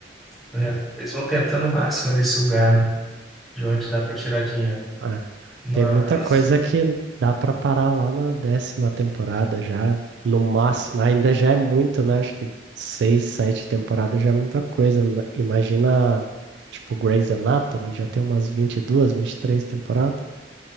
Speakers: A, in the centre; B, on the right (about 65°).
A: É, eles vão tentando o máximo ali sugar, né? De onde dá para tirar dinheiro.
B: Ah,
A: Mas...
B: tem muita coisa que dá pra parar lá na décima temporada já, no máximo. Ainda já é muito, né? Acho que seis, sete temporadas já é muita coisa. Ma- Imagina, tipo, Grey's Anatomy, já tem umas vinte vinte e duas, vinte e três temporadas.